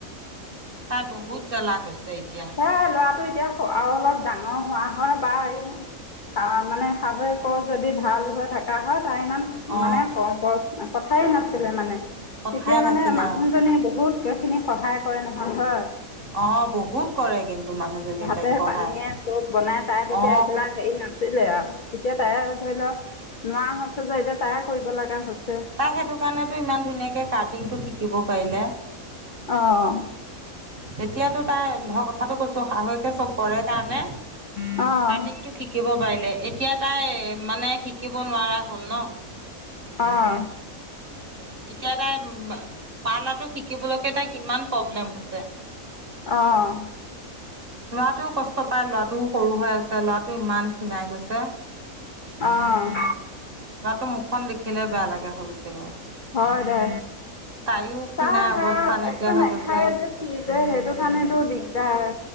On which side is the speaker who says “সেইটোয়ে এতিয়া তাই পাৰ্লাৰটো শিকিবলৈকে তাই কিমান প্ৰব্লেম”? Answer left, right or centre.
Right